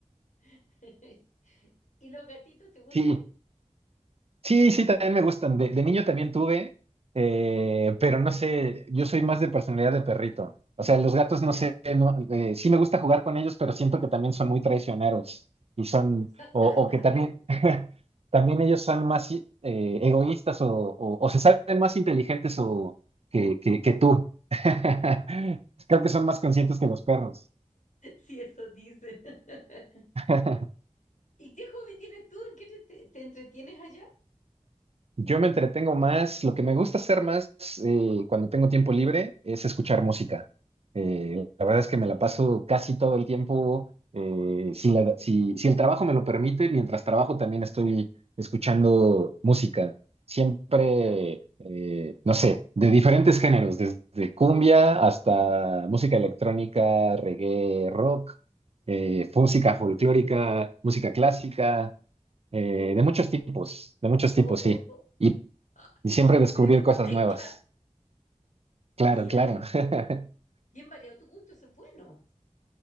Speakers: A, on the left (about 70°); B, on the right (about 50°).
A: <laughs> ¿Y los gatitos te gustan?
B: Sí, Sí, sí, también me gustan. De, de niño también tuve, eh, pero no sé, yo soy más de personalidad de perrito. O sea, los gatos,
A: Ya.
B: no sé, no, eh, sí me gusta jugar con ellos, pero siento que también son muy traicioneros y son,
A: <laughs>
B: o, o que también, <laughs> también ellos son más eh, egoístas o, o- o se saben más inteligentes o, que, que, que tú. <laughs>
A: <laughs>
B: Creo que son más conscientes que los perros.
A: Sí, eso dicen. <laughs>
B: <laughs>
A: ¿Y qué hobby tienes tú? ¿En qué te, te- te entretienes allá?
B: Yo me entretengo más, lo que me gusta hacer más eh, cuando tengo tiempo libre es escuchar música. Eh,
A: Ah,
B: la verdad es
A: qué
B: que
A: bonito.
B: me la paso casi todo el tiempo, eh, si, la- si, si el trabajo me lo permite, mientras trabajo también estoy escuchando música. Siempre,
A: Ya.
B: eh, no sé, de diferentes géneros, desde cumbia hasta música electrónica, reggae, rock, eh, música folclórica, música clásica eh,
A: Uh.
B: de muchos tipos, de muchos tipos,
A: Oh,
B: sí.
A: oh,
B: Y,
A: ah,
B: y siempre descubrir
A: tremenda
B: cosas
A: mezcla.
B: nuevas. Claro,
A: Mira,
B: claro. <laughs>
A: bien variado tu gusto, eso es bueno.